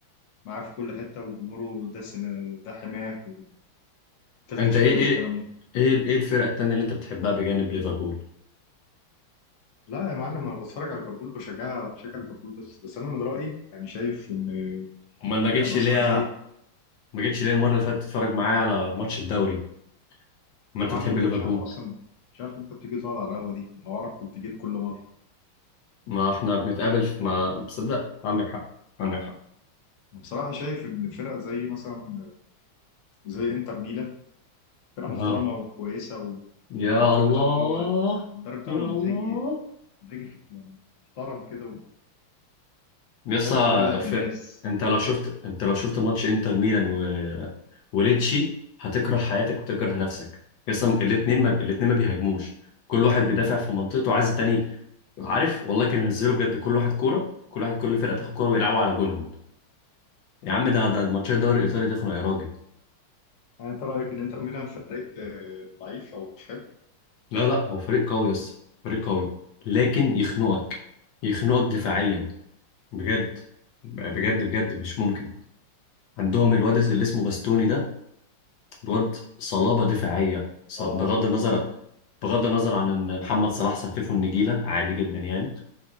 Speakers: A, on the left; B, on the left.
A: معاه في كل حتة وجمهوره ده سنة ده حماه والتالتة
B: انت
A: شمال
B: ايه ايه
A: والكلام ده
B: ايه ايه الفرقه التانيه اللي انت بتحبها بجانب ليفربول
A: لا يا معلم أنا بتفرج على ليفربول بشجعها بشجع ليفربول بس بس أنا من رأيي يعني شايف إن
B: امال ما جيتش
A: فرق مثلا
B: ليه
A: زي
B: ما جيتش ليه المره اللي فاتت تتفرج معايا على ماتش الدوري ما
A: يا
B: انت
A: معلم
B: بتحب
A: ما كنتش
B: ليفربول
A: عارف اصلا مش عارف انت بتيجي تقعد على القهوه دي انا اعرف كنت جيت كل مره
B: ما احنا بنتقابل في ما بصدق عندك حق عندك حق
A: بصراحه شايف ان فرق زي مثلا زي انتر ميلان فرقه
B: ها
A: محترمه وكويسه والمدرب
B: يا الله
A: بتاعهم اللي هو المدرب بتاعهم
B: يا الله
A: انزاجي انزاجي يعني محترم كده
B: يس
A: وتحسه كده ابن
B: في...
A: ناس
B: انت لو شفت انت لو شفت ماتش انتر ميلان و... وليتشي هتكره حياتك وتكره نفسك يس الاثنين ما الاثنين ما بيهاجموش كل واحد بيدافع في منطقته عايز التاني عارف والله كان ينزلوا بجد كل واحد كوره كل واحد كل فرقه تاخد كوره ويلعبوا على جونهم يا عم ده ده ماتشات الدوري الايطالي تخنق يا راجل
A: يعني انت رايك ان انتر ميلان فريق آه، ضعيف او مش حلو
B: لا لا هو فريق قوي يس فريق قوي لكن يخنقك يخنقك دفاعيا بجد بجد بجد مش ممكن عندهم الواد اللي اسمه باستوني ده الواد صلابة دفاعية ص-
A: اه
B: بغض
A: الواد ده
B: النظر
A: اسطوري
B: بغض النظر عن ان محمد صلاح سففه النجيلة عادي جدا يعني